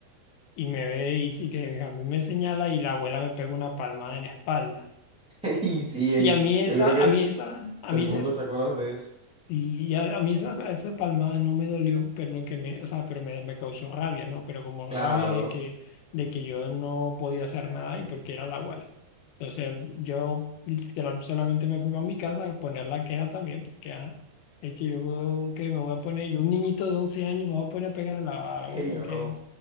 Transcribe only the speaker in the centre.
<laughs> Y sí, ey,
yo creo que
todo
el
mundo se acuerda de eso.
Claro.
Hey,
bro.